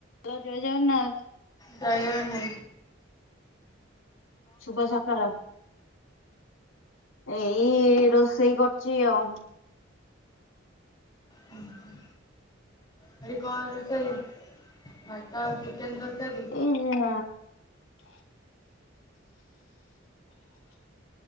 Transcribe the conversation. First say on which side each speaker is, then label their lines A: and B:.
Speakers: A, on the left; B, on the left.
A: ହାଲୋ ଜୟ ଜଗନ୍ନାଥ।
B: ଜୟ ଜଗନେ
A: ଶୁଭ ସକାଳ। ଏଇ ରୋଷେଇ କରୁଚି ଆଉ।
B: ଉଁ ହୁଁ। ଆଜି କଣ ରୋଷେଇ ମାଛ ଆଉ ଚିକେନ ତରକାରୀ।
A: ଏଇ